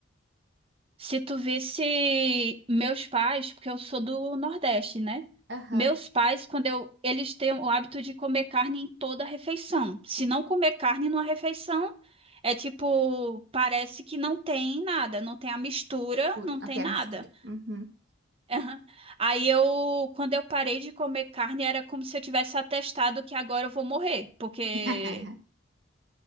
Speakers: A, on the right (about 30°); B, on the right (about 55°).
A: se tu visse meus pais, porque eu sou do Nordeste, né?
B: Aham.
A: Meus pais, quando eu, eles têm o hábito de comer carne em toda refeição. Se não comer carne numa refeição, é tipo, parece que não tem nada, não tem a mistura,
B: Mistura,
A: não
B: até
A: tem nada.
B: a mistura. Uhum.
A: Aham. Aí eu, quando eu parei de comer carne, era como se eu tivesse atestado que agora eu vou morrer, porque
B: <laughs>